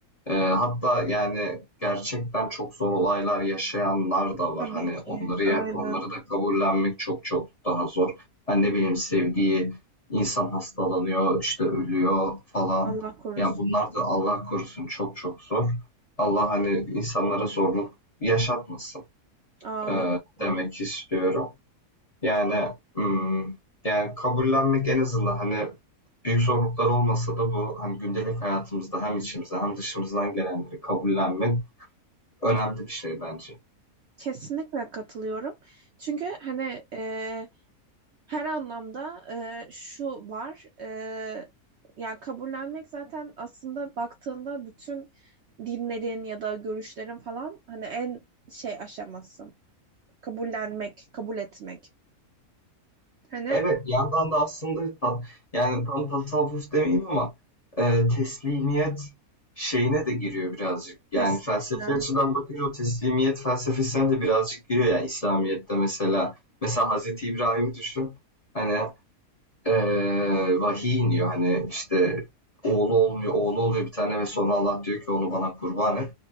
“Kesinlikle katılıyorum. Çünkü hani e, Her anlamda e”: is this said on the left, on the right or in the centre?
Right